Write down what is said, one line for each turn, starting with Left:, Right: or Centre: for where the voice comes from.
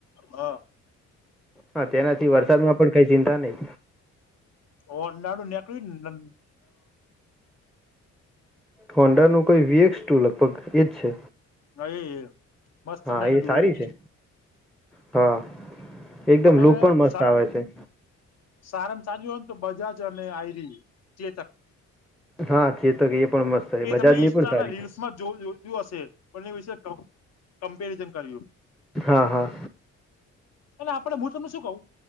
Left: હા.
Centre: હા તેનાથી વરસાદ માં પણ કઈ ચિંતા નહી.
Left: ઓ નાડું નીકળ્યું ને
Centre: હોંડા ન કોઈ વીએક્સ ટુ લગભગ એજ છે.
Left: એ મસ્ત
Centre: હા
Left: નીકળ્યું
Centre: એ સારી છે હા. એકદમ
Left: અને
Centre: લુક પણ મસ્ત
Left: સા
Centre: આવે છે
Left: સારા સાર હોય ને તો બજાજ અને આયરી ચેતક
Centre: હા છે તો કે એ પણ મસ્ત છે
Left: એ
Centre: બજાજ
Left: તમે
Centre: ની
Left: ઇન્સ્ટાના
Centre: પણ સારી
Left: રીલ્સમાં
Centre: છે.
Left: જો જોયું હશે પણ એ વિશે કમ્પેરિઝન કર્યું.
Centre: છે હા હા.
Left: અને આપડે હુંતમું શું કવું.